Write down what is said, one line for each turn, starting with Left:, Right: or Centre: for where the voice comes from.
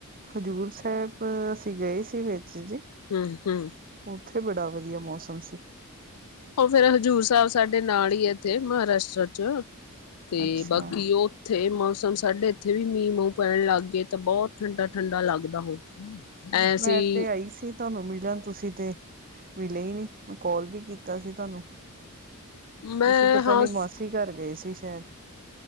Right: ਹਜ਼ੂਰ ਸਾਹਿਬ ਅਸੀਂ ਗਏ ਸੀ, ਵਿੱਚ ਜੀ
Left: ਹੂ ਹੂ
Right: ਉੱਥੇ ਬੜਾ ਵਧੀਆ ਮੌਸਮ ਸੀ।
Left: ਉਹ ਫੇਰ ਹਜ਼ੂਰ ਸਾਹਿਬ ਸਾਡੇ ਨਾਲ ਹੀ ਆ ਇੱਥੇ, ਮਹਾਰਾਸ਼ਟਰ ਚ' ਤੇ
Right: ਅੱਛਾ
Left: ਬਾਕੀ ਉਹ ਇੱਥੇ ਮੌਸਮ ਸਾਡੇ ਇੱਥੇ ਵੀ ਮੀਂਹ ਮੂੰਹ ਪੈਣ ਲੱਗ ਗਏ ਤਾਂ ਬਹੁਤ ਠੰਡਾ-ਠੰਡਾ ਲੱਗਦਾ ਹੋ। ਐਸੀਂ
Right: ਮੈਂ ਤੇ ਆਈ ਸੀ ਤੁਹਾਨੂੰ ਮਿਲਣ ਤੁਸੀ ਤੇ ਮਿਲੇ ਹੀ ਨਹੀ। ਕਾਲ ਵੀ ਕੀਤਾ ਸੀ ਤੁਹਾਨੂੰ
Left: ਮੈਂ
Right: ਤੁਸੀ ਪਤਾ
Left: ਹਾਂ
Right: ਨੀ ਮਾਸੀ ਘਰ ਗਏ ਸੀ ਸ਼ਾਇਦ